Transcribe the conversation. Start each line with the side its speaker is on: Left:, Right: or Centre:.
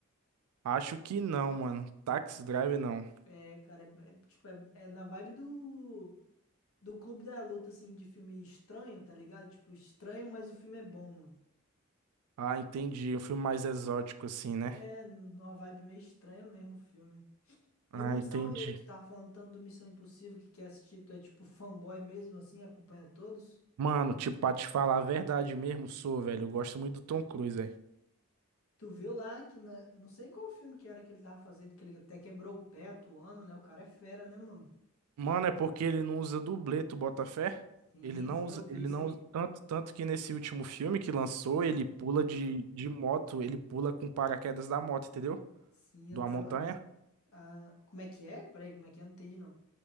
Right: Acho que não, mano. Taxi Drive não.
Left: É, cara, é, é, tipo, é é na vibe do. do Clube da Luta, assim, de filme estranho, tá ligado? Tipo, estranho, mas o filme é bom, mano.
Right: Ah, entendi. Um filme mais exótico, assim, né?
Left: É numa vibe meio estranha mesmo o filme.
Right: Ah,
Left: E o Missão.
Right: entendi.
Left: Ei, tu tava falando tanto do Missão Impossível que quer assistir, tu é tipo fanboy mesmo, assim, acompanha todos.
Right: Mano, tipo, pra te falar a verdade mesmo, sou, velho. Eu gosto muito do Tom Cruise, velho.
Left: Tu viu lá que, na- não sei em qual filme que era que ele tava fazendo, que ele até quebrou o pé atuando, né? O cara é fera, né, mano?
Right: Mano, é porque ele não usa dublê, tu bota fé?
Left: Sim,
Right: Ele não
Left: sim,
Right: usa,
Left: eu vi
Right: ele
Left: isso
Right: não
Left: aí.
Right: usa- tanto, tanto que nesse último filme que lançou, ele pula de, de moto, ele pula com paraquedas da moto, entendeu?
Left: Sim,
Right: De
Left: eu
Right: uma
Left: tava.
Right: montanha.
Left: Ah, como é que é? Peraí, como é que é? Não entendi, não.